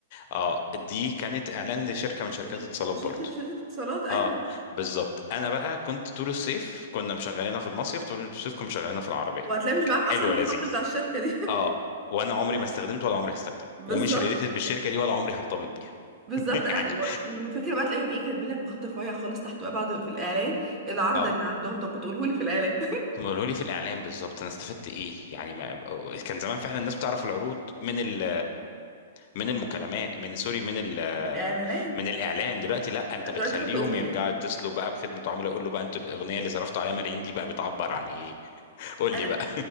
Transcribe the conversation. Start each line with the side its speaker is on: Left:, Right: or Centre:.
Left: اه دي كانت اعلان لشركه من شركات
Right: و-
Left: اتصالات
Right: شركة
Left: برضو
Right: شركة اتصالات ايوه
Left: اه بالظبط انا بقى كنت طول الصيف كنا مشغلينها في المصيف طول الصيف كنا مشغلينها في العربيه
Right: وهتلاقي مش
Left: كان
Right: معاك
Left: حلو
Right: اصلا
Left: لذيذ
Right: الخط بتاع الشركة دي
Left: اه وانا عمري ما استخدمته ولا عمري هستخدمه
Right: <laughs> بالظبط
Left: ومش ريليتد بالشركه دي ولا عمري هرتبط بيها
Right: بالظبط
Left: <laughs>
Right: انا
Left: يعني
Right: و- يعني والفكره بقى تلاقيهم ايه كاتبين لك بخط رفيع خالص تحت بقى بعد في الاعلان العرض
Left: اه
Right: اللي عندهم طب كنت قوله لي في الاعلان
Left: هم قالوا لي في الاعلام بالظبط انا استفدت ايه يعني ما كان زمان فعلا الناس بتعرف العروض من ال من المكالمات من سوري من ال
Right: <laughs> الاعلانات
Left: من الاعلان دلوقتي لا انت
Right: لا
Left: بتخليهم
Right: دلوقتي حطوا اغنيه
Left: يرجعوا يتصلوا بقى بخدمه عملاء يقول له بقى انتوا الاغنيه اللي صرفتوا عليها ملايين دي بقى بتعبر عن ايه قول
Right: انا
Left: لي بقى